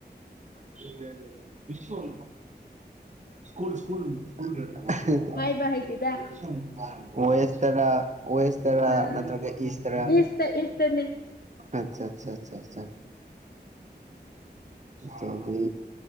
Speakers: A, on the right; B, on the left.
A: <unintelligible> ꯕꯤꯁꯨꯟ ꯁ꯭ꯀꯨꯜ ꯁ꯭ꯀꯨꯜ <unintelligible>
B: ꯍꯥꯏꯕ ꯍꯩꯇꯦꯗ
A: ꯋꯦꯁ ꯇꯔꯥ ꯋꯦꯁ ꯇꯔꯥ
B: ꯑꯥ
A: ꯅꯠꯇ꯭ꯔꯒ ꯏꯁ ꯇꯔꯥ
B: ꯏꯁꯇ ꯏꯁꯇꯅꯦ
A: ꯑꯠꯆꯥ ꯆꯥ ꯆꯥ ꯆꯥ ꯢꯆꯜꯗꯤ